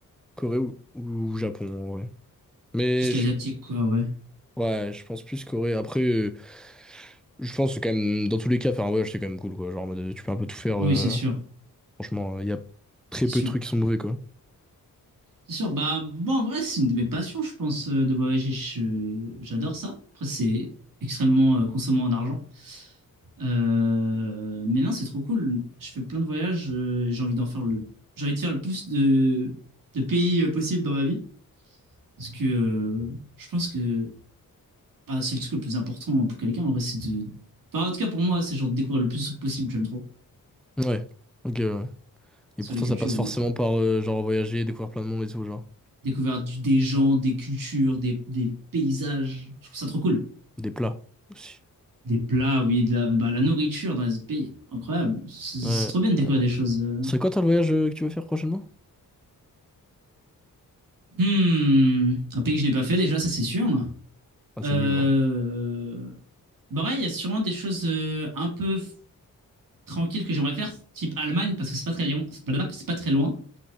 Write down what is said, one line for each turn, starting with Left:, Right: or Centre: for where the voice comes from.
Centre: Corée ou, ou Japon, en vrai. Mais
Right: Tout ce qui
Centre: je-
Right: est asiatique, quoi, ouais.
Centre: ouais, je pense plus Corée. Après, euh, je pense que quand même, dans tous les cas, faire un voyage, c'est quand même cool, quoi. Genre, en mode, euh, tu peux un peu tout faire.
Right: Oui,
Centre: euh,
Right: c'est sûr.
Centre: Franchement, il y a très
Right: C'est
Centre: peu
Right: sûr.
Centre: de trucs qui sont mauvais, quoi.
Right: C'est sûr. Bah, bon, en vrai, c'est une de mes passions, je pense, euh, de voyager. Je- J'adore ça. Après, c'est extrêmement euh, consommant en argent. Euh, mais non, c'est trop cool. Je fais plein de voyages. euh, et j'ai envie d'en faire le... J'ai envie de faire le plus de, de pays euh, possible dans ma vie. Parce que euh, je pense que Bah, c'est le truc le plus important pour quelqu'un, en vrai, c'est de. Bah, en tout cas, pour moi, c'est genre de découvrir le plus de trucs possible, j'aime trop.
Centre: Ouais, ok, ouais. Et
Right: Sur
Centre: pour
Right: les
Centre: toi,
Right: cultures
Centre: ça passe
Right: ou
Centre: forcément par, euh, genre, voyager, découvrir plein de monde et tout, genre.
Right: découvrir du- des gens, des cultures, des, des paysages. Je trouve ça trop cool.
Centre: Des plats aussi.
Right: Des plats, oui, de la, bah, la nourriture dans les autres pays, incroyable. C'est c'est
Centre: Ouais.
Right: trop bien de découvrir des choses. euh.
Centre: C'est quoi toi le voyage euh, que tu veux faire prochainement?
Right: Hmm, un pays que je n'ai pas fait déjà, ça c'est sûr.
Centre: Ah, c'est
Right: Euh...
Centre: mieux, voilà.
Right: Bah ouais, il y a sûrement des choses euh, un peu f- tranquilles que j'aimerais faire, type Allemagne, parce que c'est pas très loin. C'est pas c'est pas très loin.